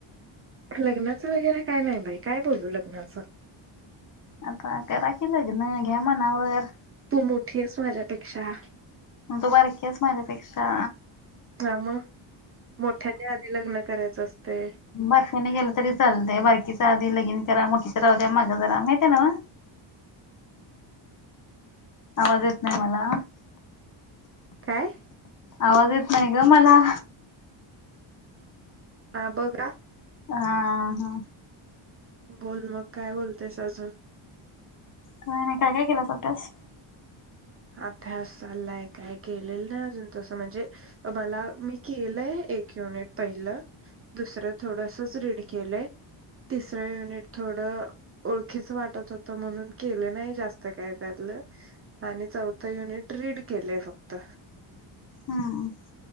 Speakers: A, on the right; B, on the left.
A: लग्नाचं वगैरे काय नाही बाई, काय बोलू लग्नाचं.
B: आता करा की, लग्न घ्या मनावर.
A: तू मोठी आहेस माझ्यापेक्षा.
B: मग तू बारकी आहेस माझ्यापेक्षा.
A: हा, मग मोठ्याच्या आधी लग्न करायचं असते.
B: बारफ्याने गेलं तरी चालतंय, बारकीच आधी लगिन करा. मोठीच राहूद्या माग जरा माहितय नवं. आवाज येत नाही मला.
A: काय?
B: आवाज येत नाही ग मला.
A: हां बघा हा
B: हा हा
A: बोल मग काय बोलतेस अजून.
B: का नाही काय काय केलास अभ्यास?
A: अभ्यास चाललाय काय केलेलं नाही अजून तसं म्हणजे. मला मी केलंय एक युनिट पहिलं. दुसर थोडस रीड केलंय तिसर युनिट थोड आ ओळखीच वाटत होत म्हणून केलं नाही जास्त काय त्यातलं आणि चौथं युनिट रीड केलेय फक्त
B: हंम